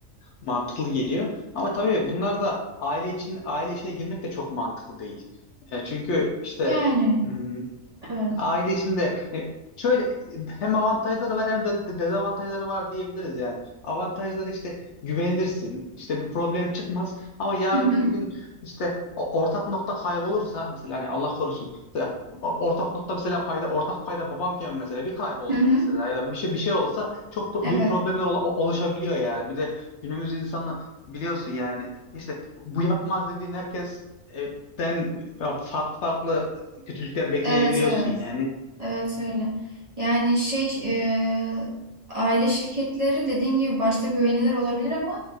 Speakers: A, on the left (about 65°); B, on the right (about 30°).
A: mantıklı geliyor. Ama tabii bunlar da aile için aile içine girmek de çok mantıklı değil. E, çünkü işte
B: Yani
A: hmm,
B: evet.
A: Aile içinde e, şöyle hem avantajları var hem de de- dezavantajları var diyebiliriz yani. Avantajları işte güvenirsin. işte bir problem çıkmaz ama yarın
B: Hı hı.
A: bir gün işte o- ortak nokta kaybolursa mesela hani Allah korusun mesela o- ortak nokta mesela payda ortak payda babamken mesela bir kaybolsa
B: Hı hı.
A: mesela ya da bir şey bir şey olsa çok pro-
B: Evet.
A: büyük problemler ola- oluşabiliyor yani. Bir de günümüz insanı biliyorsun yani işte bu yapmaz dediğin herkes e, ben e, farklı farklı kötülükler bekleyebiliyorsun
B: Evet, evet.
A: yani.
B: Evet öyle. Yani şey e, aile şirketleri dediğin gibi başta güvenilir olabilir ama